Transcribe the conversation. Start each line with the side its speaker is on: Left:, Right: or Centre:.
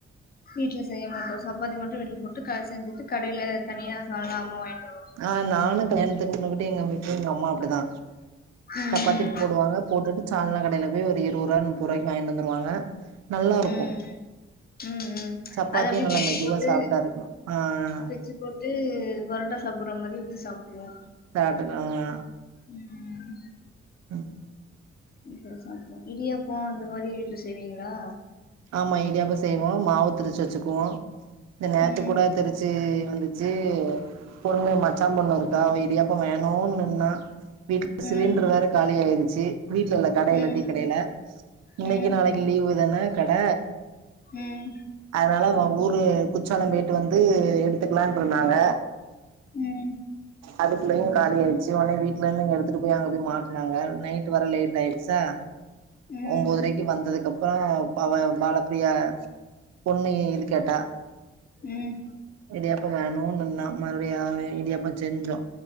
Left: வீட்ல செய்ய மாட்டோ சப்பாத்தி மட்டு வீட்ல போட்டு கா செஞ்சுட்டு கடையில தனியா சால்னா அம்மா வாங்கிட்டு வரு
Right: ஆ நானு கல்யாணத்துக்கு முன்னுகூட்டி எங்க வீட்ல எங்க அம்மா அப்டிதா
Left: ம்
Right: சப்பாத்தி போடுவாங்க போட்டுட்டு சால்னா கடையில போய் ஒரு இருவரூவா முப்பரூவாய்கு வாங்கிட்டு வந்துருவாங்க நல்லாருக்கு
Left: ம் ம் ம்
Right: சப்பாத்தியு
Left: அத அப்டியே
Right: நல்லா
Left: பிச்சு
Right: மெதுவா
Left: போட்டு
Right: சாப்டாருக்கலா ஆ
Left: பிச்சு போட்டு பொரோட்டா சாப்ட்ர மாரி ஊத்தி சாப்டுருவோ
Right: சாப்டனா ஆ
Left: ம்
Right: ம்
Left: வீட்ல சாப்டுப்போ இடியாப்போ அந்த மாரி வீட்ல செய்வீங்களா
Right: ஆமா இடியாப்போ செய்வோ மாவு திரிச்சு வச்சுக்குவோ இந்த நேத்து
Left: ம்
Right: கூட திரிச்சி வந்து ச்சி பொண்ணு மச்சா பொண்ணுருக்கா அவ இடியாப்போ வேணுன் ன்னா வீட்ல சிலிண்டர்ரு
Left: ம்
Right: வேற காலியாயிருச்சு வீட்லல்ல கடைல
Left: ம்
Right: டீ கடைல இன்னைக்கு
Left: ம்
Right: நாளைக்கு லீவு தான கட
Left: ம்
Right: அதனால ஓ ஊரு குச்சாலோ போய்ட்டு வந்து எடுத்துக்கலான்டுருந்தாங்க
Left: ம்
Right: அதுக்குள்ளயு காலியாயிச்சு ஒடனே வீட்லருந்து இங்க எடுத்துட்டுபோய் அங்க போய் மாட்னாங்க நைட் வர லேட்டாயிடுச்சா
Left: ம் ம்
Right: ஒம்போதரைக்கு வந்ததுக்கு அப்ரோ அவ பாலபிரியா பொண்ணுயே இதுக்கேட்டா
Left: ம்
Right: இடியாப்போ வேணு நின்னா மறுபடியு இடியாப்போ செஞ்சோ